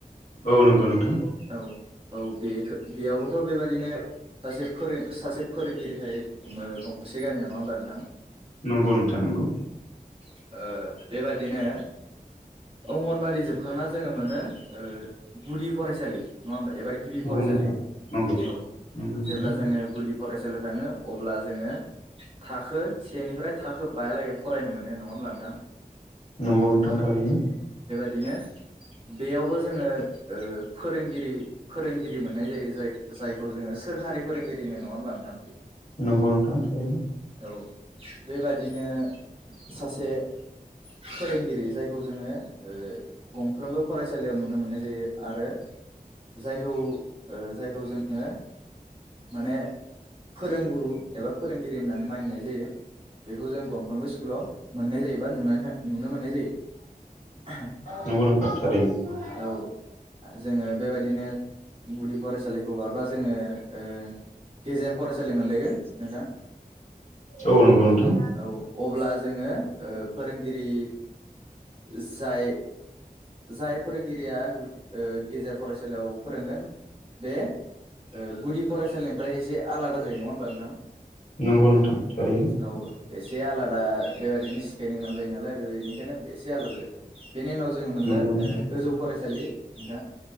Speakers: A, on the left (about 55°); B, on the right (about 35°).
A: औ नंगौ नोंथां
B: औ औ बेखौ बेयावबोथ' बेबादिनो सासे फोरों सासे फोरोंगिरि थायो गंसे गामियाव नङा होमब्ला नोंथां
A: नंगौ नोंथां नंगौ
B: ओ बेबादिनो अंगनबादि जोबखांना जोङो मोनो गुदि फरायसालि नङा हब्ला एबा गिबि
A: नंगौ
B: फरायसालि
A: नोंथां
B: औ
A: नंगौ नंगौ
B: जेब्ला
A: नोंथां
B: जुदि फरायसालियाव थाङो अब्ला जोङो थाखो सेनिफ्राय थाखो बायालागै फरायनो मोनो नङा हब्ला नोंथां
A: नंगौ नोंथां थारैनो
B: बिदिनो बेयावबो जोङो फोरोंगिरि फोरोंगिरि मोननाय जायो जाय जायखौ जोङो सोरखारि फोरोंगिरिनि नङा होनब्ला नोंथां
A: नंगौ नोंथां थारैनो
B: औ बेबादिनो सासे फोरोंगिरि जायखौ जोङो गंफ्रोमबो फरायसालियाव नुनो मोननाय जायो आरो जायखौ जायखौ जोङो माने फोरोंगुरु एबा फोरोंगिरि होननानै मानिनाय जायो बेखौ जों गंफ्रोमबो स्कुलाव मोननाय जायोबा नुनानै थां नुनो मोननाय जायो
A: नंगौ थारैनो
B: औ जोङो बेबायदिनो गुदि फरायसालिखौ बारबा जोङो ओ गेजेर फरायसालि मोनलायगोन नोंथाङा
A: औ नंगौ नोंथां
B: औ अ अब्ला जोङो ओ फोरोंगिरि जाय जाय फोरोंगिरिया गु ओ गेजेर फरायसालियाव फोरोंगोन बे ओ गुदि फरायसालिनि एसे आलादा जायो नङा होनोमबा नोंथां
A: नंगौ नोंथां थारैनो
B: औ एसे आलादा बेबायाददिनो सिखायनो गोनां जायो नालाय बेनिखायनो एसे आलादा जायो बेनि उनाव जोङो मोनगोन
A: नंगौ नोंथां
B: गोजौ फरायसालि दा